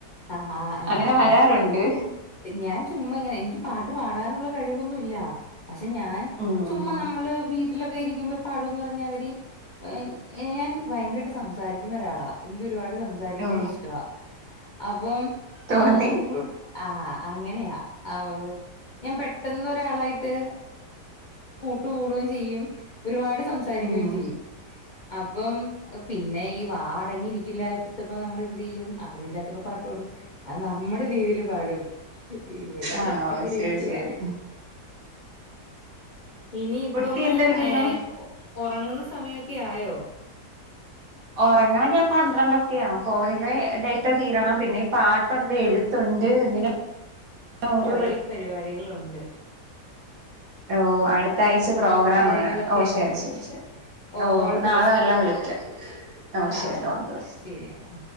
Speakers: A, on the left (about 55°); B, on the right (about 60°).
A: ആഹ് ഞാന്
B: അങ്ങനെ വരാറുണ്ട്.
A: ഞാൻ ചുമ്മാ ഇങ്ങനെ എനിക്ക് പാട്ട് പാടാനുള്ള കഴിവൊന്നുമില്ല, പക്ഷെ ഞാൻ
B: ഉം
A: ചുമ്മാ നമ്മള് വീട്ടിലൊക്കെ ഇരിക്കുമ്പോ പാടുന്നു പറഞ്ഞു അവര് ഏഹ് ഞാൻ ഭയങ്കരമായിട്ട് സംസാരിക്കുന്ന ഒരാളാ എനിക്കൊരു. ഒരുപാട് സംസാരിക്കാൻ
B: ഓ
A: ഇഷ്ടവാ അപ്പം
B: തോന്നി
A: എപ്പോഴും. അങ്ങനെയാ ആഹ് ഞാൻ പെട്ടെന്ന് ഒരാളായിട്ട് കൂട്ടുകൂടുകയും ചെയ്യും ഒരുപാട്. സംസാരിക്കുകയും
B: ഉം
A: ചെയ്യും അപ്പം പിന്നെ ഈ. വാ അടങ്ങിയിരിക്കില്ലപ്പോ നമ്മള് എന്ത് ചെയ്യും ആരുമില്ലാത്തപ്പോ. പാട്ട് പാടും അത് നമ്മുടെ രീതിയിലും പാടും ഇവിടെ
B: ആഹ്
A: അങ്ങനെയൊക്കെയാ
B: ശരി ശരി
A: ഇനി ഇപ്പം
B: കുട്ടി എന്തെടുക്കുന്നു
A: ഏ ഉറങ്ങുന്ന സമയൊ ഒക്കെ ആയോ
B: ഉറങ്ങാൻ ഞാൻ പന്ത്രണ്ടൊക്കെയ ആവും ഫോണിലെ ഡേറ്റ തീരണം പിന്നെ ഈ പാട്ടുണ്ട് എഴുത്തുണ്ട് ഇങ്ങനെ ഓരോ
A: കുറേ പരിപാടി കളുണ്ട്
B: ഓ അടുത്ത ആഴ്ച പ്രോഗ്രാ
A: കാര്യങ്ങളൊക്കെ
B: ആണ് ഓ ശരി
A: ആയിക്കോട്ടെ
B: ശരി ശരി ഓ
A: ഓൾ ദി
B: നാളെ
A: ബെസ്റ്റ്
B: വെല്ലം വിളിക്കാം ഓ
A: ആഹ്
B: ശരി
A: ഓക്കെ
B: ഓൾ ത ബെസ്റ്റ്
A: ശരി എന്നാ